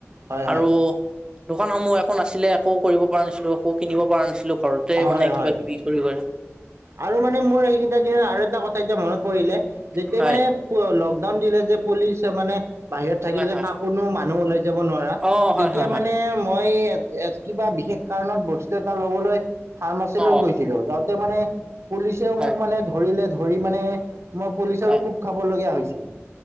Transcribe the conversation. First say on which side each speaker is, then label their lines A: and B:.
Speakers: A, on the right; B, on the right.
A: হয়
B: আৰু
A: হয়
B: দোকানসমূহ একো নাছিলে একো কৰিব পৰা নাছিলোঁ একো কিনিব পৰা নাছিলো। ঘৰতে মানে
A: হয়
B: কিবা
A: হয়।
B: কিবি কৰিবৰ।
A: আৰু মানে মোৰ সেইকেইটা দিনত আৰু এটা কথা এতিয়া মনত পৰিলে। যেতিয়া
B: হয়
A: মানে লকডাউন দিলে যে পুলিচ মানে বাহিৰত থাকিল
B: হয়
A: যে
B: হয়
A: কাক কোনো মানুহ ওলাই যাব নোৱাৰা,
B: অ হয়
A: তেতিয়া
B: হয় হয়
A: মানে মই কিবা বিশেষ কাৰণত বস্তু এটা ল'বলৈ ফাৰ্মাচী
B: অ
A: লৈ গৈছিলোঁ। যাওঁতে মানে পুলিচেও
B: হয়
A: মোক মানে ধৰিলে ধৰি মানে মই পুলিচৰো
B: হয়
A: কোব খাবলগীয়া হৈছিল।